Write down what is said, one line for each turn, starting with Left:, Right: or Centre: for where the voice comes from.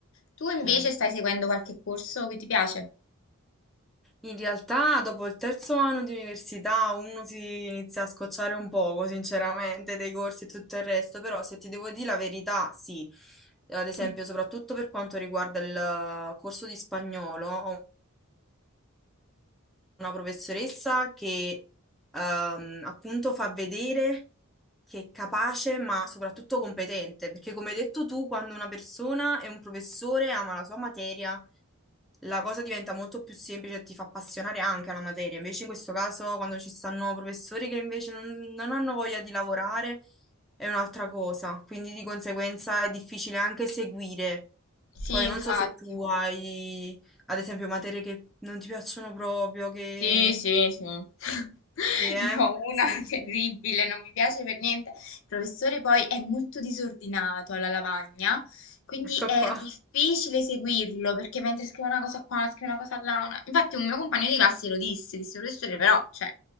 Left: Tu invece
Centre: sì.
Left: stai seguendo qualche corso che ti piace?
Centre: In realtà dopo il terzo anno di università uno si inizia a scocciare un poco, sinceramente, dei corsi e tutto il resto, però se ti devo dire la verità, sì. Eh, Ad esempio,
Left: Mm.
Centre: soprattutto per quanto riguarda il corso di spagnolo, ho una professoressa che ehm, appunto fa vedere che è capace, ma soprattutto competente, perché come hai detto tu, quando una persona e un professore ama la sua materia, la cosa diventa molto più semplice e ti fa appassionare anche alla materia. Invece in questo caso, quando ci stanno professori che invece non, non hanno voglia di lavorare, è un'altra cosa. Quindi di conseguenza è difficile anche seguire.
Left: Sì,
Centre: Poi
Left: infatti.
Centre: non so se tu hai, ad esempio, materie che non ti piacciono proprio, che...
Left: Sì, sì, sì. <laughs>
Centre: Sì, eh?
Left: Ne ho una
Centre: Sì,
Left: <laughs> terribile, non mi piace per niente. Il professore poi è molto disordinato alla lavagna, quindi
Centre: <laughs> ecco
Left: è
Centre: qua.
Left: difficile seguirlo perché mentre scrive una cosa qua, scrive una cosa là. una- Infatti un mio compagno di classe lo disse, disse professore, però, cioè,